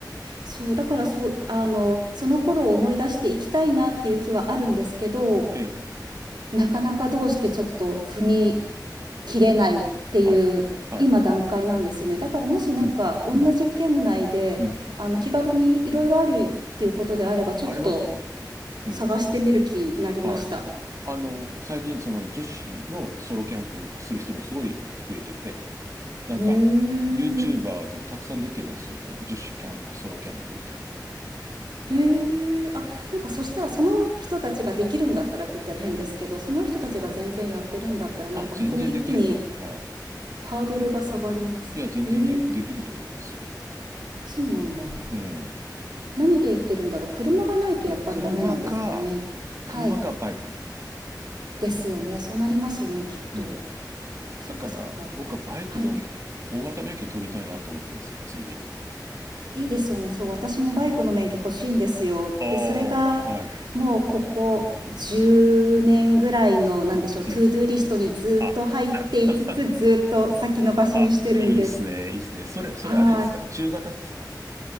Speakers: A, on the right; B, on the right.
A: そう、だからそう、あの、その頃を思い出していきたいなっていう気はあるんですけど、
B: ええ。
A: なかなかどうしてちょっと踏み切れないっていう今段階なんですよね。
B: はい。はい。
A: だからもしなんか同じ県内で、
B: うん。うん。うん。
A: あの、気軽にいろいろあるっていうことであれば、ちょっと
B: ありますよ。うん。
A: 探してみる気になりました。
B: はい。あの、最近その女子のソロキャンプする人もすごい増えてて、なんか、
A: へえ。
B: YouTuber でもたくさん出てますよ。女、女子キャンプ、ソロキャンプみたい
A: へえ、あ、なんかそしたらその人たちができるんだったらって言ったら変ですけど、その人たちが全然やってるんだったらなんか本当に一気に
B: な。あ、全然できると思う。はい。
A: ハードルが下がります。
B: いや、全然でき、
A: へえ、
B: できると思いますよ。
A: そうなんだ。
B: うん。
A: 何で言ってるんだろう。車がないとやっぱりダメなんですかね。
B: 車か、
A: はい。
B: 車かバイク。
A: ですよね。そうなりますよね、きっと。
B: うん。
A: そっかそっか。
B: だから、僕はバイクの大型免許取りたいなと思ってるんですよ、
A: はい。
B: ついでに。
A: いいですよね。そう、私もバイクの免許欲しいんですよ。
B: ああ、
A: で、それがもうここ10年ぐらいの、
B: はい。
A: なんでしょう、
B: うん、
A: トゥードゥーリストにずっと入っていつつ、
B: うん。あ、<laughs>
A: ずっと先延ばしにしてるんです。
B: あ、いいっすね、いいっすね。それ、それあれですか中型ですか
A: はい。